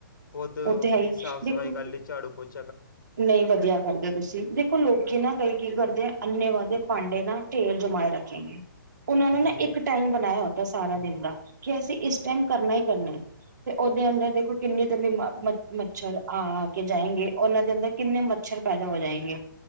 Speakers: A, on the left; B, on the right.
A: ਖੁਦ ਆਪਣੀ
B: ਉਹ ਤੇ ਹੈ ਹੀ
A: ਸਾਫ਼
B: ਦੇਖੋ
A: ਸਫ਼ਾਈ ਕਰਨ ਲਈ ਝਾੜੂ ਪੋਚ
B: ਨਹੀਂ ਵਧੀਆ ਕਰਦੇ ਤੁਸੀਂ ਦੇਖੋ ਲੋਕੀ ਨਾ ਕਈ ਕੀ ਕਰ ਅੰਨੇ ਵਾਦੇ ਭਾਂਡੇ ਨਾਲ ਢੇਰ ਜਮਾਏ ਰੱਖੇ ਨੇ ਉਹਨਾਂ ਨੂੰ ਨਾ
A: ਜੀ
B: ਇੱਕ ਟਾਈਮ ਬਣਾਇਆ ਸਾਰਾ ਦਿਨ ਦਾ ਕਿ ਅਸੀਂ ਇਸ ਟਾਈਮ ਕਰਨਾ ਹੀ ਕਰਨਾ ਤੇ ਉਹਦੇ ਅੰਦਰ ਦੇਖੋ ਕਿੰਨੀ ਦੇ ਬਿ ਮੱਛਰ ਆ ਆ ਕੇ ਜਾਏਗੇ ਉਹਨਾਂ ਦਿਨ ਦੇ ਕਿੰਨੇ ਮੱਛਰ ਪੈਦਾ ਹੋ ਜਾਏਗੇ